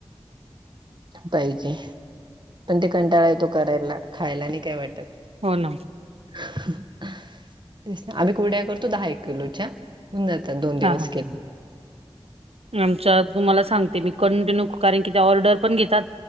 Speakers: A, on the right; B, on the right.
A: पाहिजे. पण, ते कंटाळा येतो करायला, खायला नही काय वाटत.
B: हो ना.
A: तेच ना, आम्ही कुरडया करतो, दहा एक किलोच्या. होऊन जातात, दोन
B: हा
A: दिवस
B: हा.
A: केले, तर.
B: आमच्या तुम्हाला सांगते मी, कंटिन्यू, कारण कि त्या ऑर्डर पण घेतात,